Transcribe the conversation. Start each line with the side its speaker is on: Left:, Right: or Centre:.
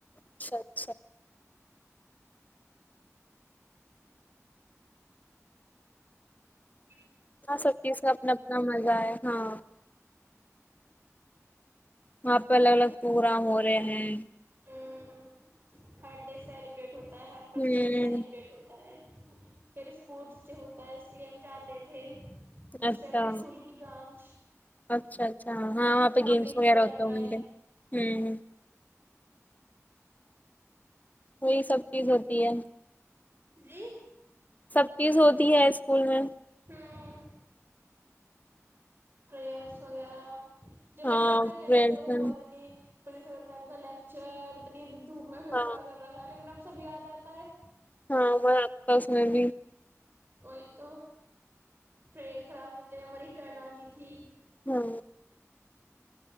Left: اچھا اچھا
Right: ج
Left: ہ سکتی اس کا اپنا اپنا مزہ ہےئے ہاں وہاں پہ الگ الگ پروگرام ہو رہے ہیں
Right: ہ بر ڈے سیلیبریٹ ہوتا ہے ہر فیسٹیول
Left: ہوں
Right: سیلیبریٹ ہوتا ہے پھر اسپورٹس ڈے ہوتا ہے اس لیے ہم جاتے تھے دوسرے
Left: اچھا
Right: اپنے اسکول کی برانچ
Left: اچھا اچھا ہاں وہاں پہ گیمس
Right: انجوائے
Left: وغیرہ ہوتا
Right: ہو رہا
Left: ہوںے
Right: ہے
Left: ہ ہ وہی سب چیز ہوتی ہے
Right: جی
Left: سب چیز ہوتی ہے اسکول میں
Right: تین پریئرس وغیرہ جب
Left: ہاں
Right: تبتنا کہتے
Left: فرینڈس
Right: تھے وہ
Left: میں
Right: ہوود نہیں تو س میم کا لیکچر نہیں د میں پ
Left: ہاں
Right: کھڑ کر رہا ہے لیکن اب سب یاد آتا ہے
Left: ہاں وہ آس پاس میں بھی
Right: وہی تو پریر کراتے تھے ہماری ٹرن آتی تھی
Left: ہاں